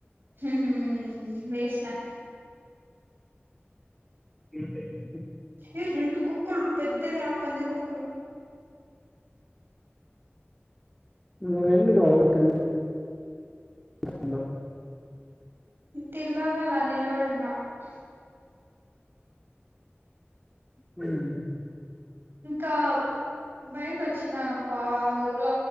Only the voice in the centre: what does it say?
ఏంటది
ను ఎందు కా వళ్ళ తెరు <unintelligible> <inaudible>
ఉం